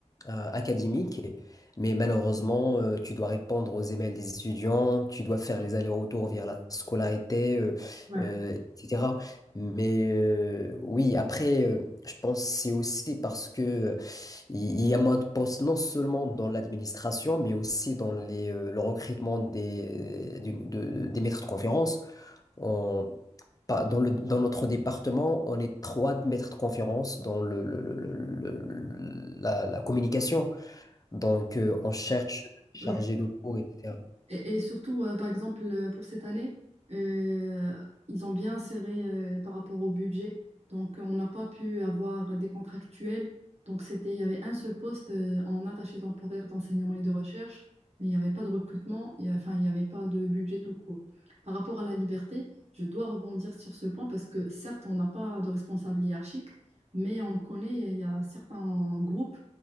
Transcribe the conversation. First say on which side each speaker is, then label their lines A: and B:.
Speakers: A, on the left; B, on the right.
A: euh, académique, mais malheureusement, euh, tu dois répondre aux emails des étudiants, tu dois faire les allers-retours vers la scolarité, euh,
B: Ouais.
A: euh, etc. Mais euh, oui, après, euh, je pense que c'est aussi parce que il il y a moins de postes non seulement dans l'administration, mais aussi dans les, euh, le recrutement des, du- de- des maîtres de conférence. On- pas- dans le- dans notre département, on est trois maîtres de conférence dans le, le- le- le- le- le- la, la communication. Donc, euh, on cherche chargé
B: Oui,
A: de cours, etc.
B: Et, et surtout, euh, par exemple, euh, pour cette année, euh, ils ont bien serré euh, par rapport au budget. Donc, on n'a pas pu avoir des contractuels. Donc, c'était, il y avait un seul poste euh, en attaché temporaire d'enseignement et de recherche, mais il n'y avait pas de recrutement, et, euh, enfin, il n'y avait pas de budget tout court. Par rapport à la liberté, je dois rebondir sur ce point parce que certes, on n'a pas de responsable hiérarchique, mais on connaît, il y a certains groupes